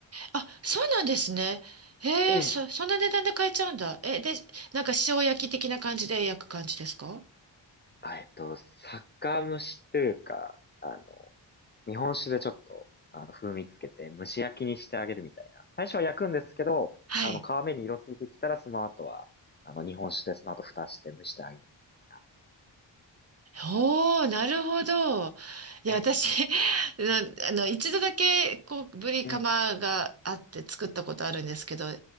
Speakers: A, on the right; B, on the left.
A: あ、そうなんですね。へえ、
B: で、で、
A: そ、そんな値段で買えちゃうんだ。え、で、なんか塩焼き的な感じで焼く感じですか
B: あえっと、酒蒸しというか、あの、日本酒でちょっと、あの、風味つけて蒸し焼きにしてあげるみたいな。最初は焼くんですけど、
A: はい。
B: あの、皮目に色ついてきたら、その後は、あの、日本酒でその後蓋して蒸してあげるみたい
A: おー、なるほど。いや、
B: な。
A: 私、
B: え、
A: <laughs> な、あの、一度だけ、こう、ぶりカマがあって作ったことあるんですけど、
B: え、